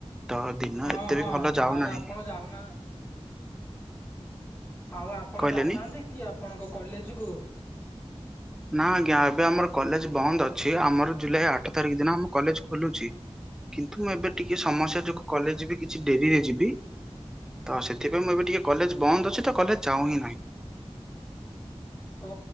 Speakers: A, in the centre; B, on the left (about 15°).
A: ତ ଦିନ
B: ହଁ
A: ଏତେ
B: ହଁ
A: ବି ଭଲ ଯାଉନାହିଁ
B: ଆଉ ଆପଣ ଯାଉନା ଆଉ ଆପଣ
A: କହିଲେନି।
B: ଯାଉନାହାନ୍ତି କି ଆପଣଙ୍କ କଲେଜ୍ କୁ?
A: ନା ଆଜ୍ଞା ଏବେ ଆମର କଲେଜ୍ ବନ୍ଦ ଅଛି। ଆମର ଜୁଲାଇ ଆଠ ତାରିଖ ଦିନ ଆମ କଲେଜ୍ ଖୋଲୁଛି। କିନ୍ତୁ ମୁଁ ଏବେ ଟିକେ ସମସ୍ୟା ଯୋଗୁ କଲେଜ୍ ବି କିଛି ଡେରିରେ ଯିବି। ତ ସେଥିପାଇଁ ମୁଁ ଏବେ ଟିକେ କଲେଜ୍ ବନ୍ଦ ଅଛି। ତ କଲେଜ୍ ଯାଉ ହିଁ ନାହିଁ।
B: ଓ